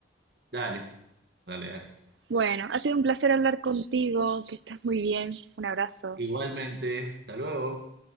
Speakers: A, on the right; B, on the right.
A: Dale, dale, dale.
B: Bueno, ha sido un placer hablar contigo, que estés muy bien, un abrazo.
A: Igualmente, hasta luego.